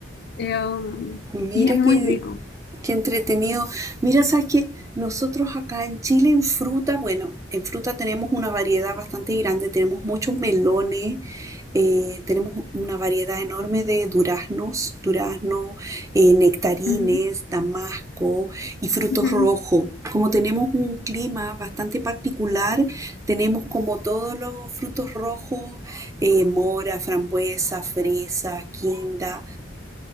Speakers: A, on the left; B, on the right.
A: Eh, um,
B: Mira
A: y es muy
B: qué,
A: rico.
B: qué entretenido. Mira, sabes que nosotros acá en Chile en fruta, bueno, en fruta tenemos una variedad bastante grande, tenemos muchos melones, eh, tenemos una variedad enorme de duraznos, durazno, eh, nectarines,
A: Ujú,
B: damasco y frutos
A: ujú.
B: rojos. Como tenemos un clima bastante particular, tenemos como todos los frutos rojos, eh, mora, frambuesa, fresa, quinda